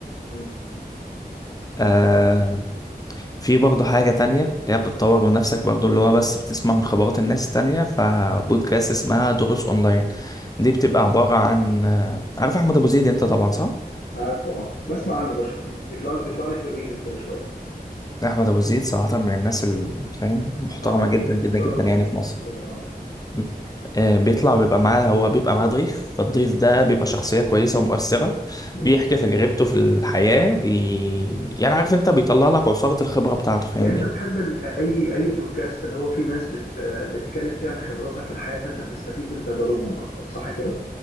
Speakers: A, on the left; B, on the left.
A: مم.
B: آه، في برضه حاجة تانية اللي هي بتطور من نفسك برضه اللي هو بس بتسمع من خبرات الناس التانية فبودكاست اسمها دروس أونلاين دي بتبقى عبارة عن عارف أحمد أبو زيد أنت طبعا صح؟
A: عارفه اه بسمع عنه بشوف بيطلع لي بيطلع لي في الريلز كده شويه
B: أحمد أبو زيد صراحة من الناس الفاهم محترمة
A: اه آه.
B: جدا جدا
A: محترم
B: جدا
A: جدا
B: يعني
A: جدا
B: في مصر
A: جدا اه
B: مم. آه، بيطلع بيبقى معاه هو بيبقى معاه ضيف فالضيف ده بيبقى شخصية كويسة ومؤثرة
A: مم.
B: بيحكي تجربته في الحياة بي... يعني عارف أنت بيطلع لك عصارة الخبرة بتاعته فاهمني؟
A: يعني انت بتحب ال- اي اي بودكاست اللي هو فيه ناس بت بتتكلم فيه عن خبراتها في الحياه فانت بتستفيد من تجاربهم اكتر صح كده؟